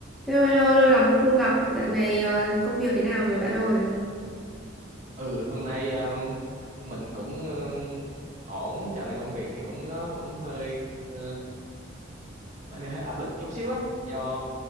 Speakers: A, in the centre; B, on the right (about 35°).
A: Lâu, lâu, lâu lắm rồi không gặp, dạo này ờ, công việc thế nào rồi bạn ơi?
B: ừ hôm nay um, mình cũng ờ, ổn dạo này công việc thì cũng nó cũng hơi ờ, hơi hơi áp lực chút xíu á do